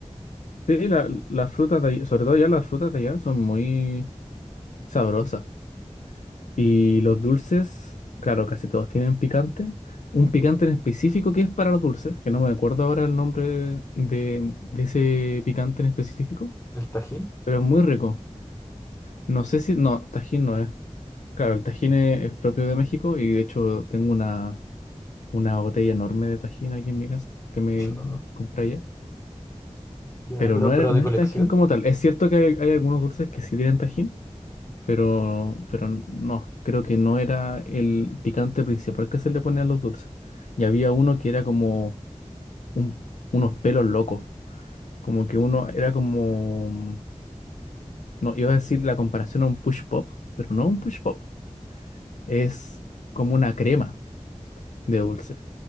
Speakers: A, on the left; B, on the left.
A: Sí, la- las frutas de allá, sobre todo ya las frutas de allá son muy sabrosas. Y los dulces, claro, casi todos tienen picante. Un picante en específico que es para los dulces, que no me acuerdo ahora el nombre de, de ese picante en específico,
B: El tajín,
A: pero es muy rico. No sé si... No, Tajín no es. Claro, el Tajín es, es propio de México y de hecho tengo una, una botella enorme de Tajín aquí en mi casa que me
B: chao.
A: compré allá.
B: Ya,
A: Pero
B: pero,
A: no, era-
B: pero
A: no
B: de colección.
A: es Tajín como tal. Es cierto que hay, hay algunos dulces que sí tienen Tajín, pero, pero no, creo que no era el picante principal que se le ponía a los dulces. Y había uno que era como un- unos pelos locos, como que uno era como, no, iba a decir la comparación a un push pop, pero no un push pop, es como una crema de dulce.